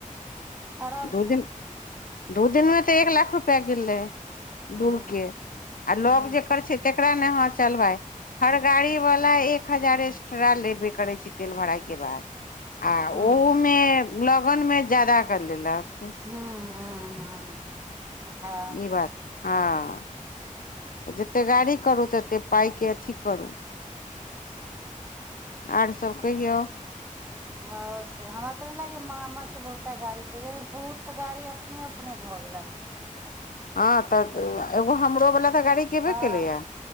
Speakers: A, on the right (about 15°); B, on the left (about 85°).
A: आरामसँ
B: दू दिन दू दिनमे तऽ एक लाख रुपैआ गेलै।
A: हूं
B: दूरके आ
A: हूं
B: लग जेकर छैय तकरा ने अहाँ चल भाय। हर गाड़ी वला एक हजार एस्ट्रा लेबे करै छैय तेल भराइ के बाद। आ
A: हूं
B: ओहूमे लगनमे ज्यादा कर लेलक।
A: हूं हूं हूं हँ
B: ई बात हँ
A: हूँ।
B: जतेक गाड़ी करू तते पायके अथी करू आर सब कहियौ?
A: आओर सब हमरा ते नहि लागय मामा के बहुते गाड़ी बहुत गाड़ी अपने अपने भऽ गेलन।
B: हँ तऽ एगो हमरो वाला तऽ गाड़ी गेबे
A: हँ
B: केलैया